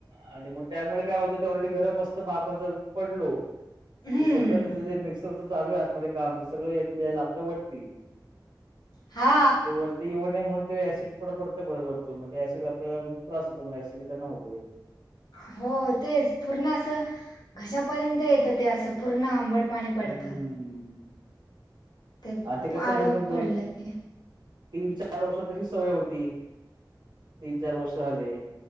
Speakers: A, on the right; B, on the left.
A: आणि मग त्यामुळे काय होत ते ऑलरेडी गरम अस्त म आपण जर पडलो
B: हम्म
A: ते सगळ त्याच जे मिक्सर चालू आहे आतमध्ये काम त सगळ येट लेल्या वटती
B: हा
A: आण ते वरती येऊ नाही म्हणून ते असिड पड पडत बळळ वटतो म ते असिड आपल्याला त्रास होतो म असिड त्यांना होतोय
B: हो तेच पूर्ण अस घशापर्यंत येत ते अस पूर्ण आंबट पाणी पडत
A: हम्म
B: ते
A: आणि
B: पाड
A: कसं मधून दोन
B: पडल की
A: तीन चार वर्ष तरी सवय होती तीन चार वर्ष झाले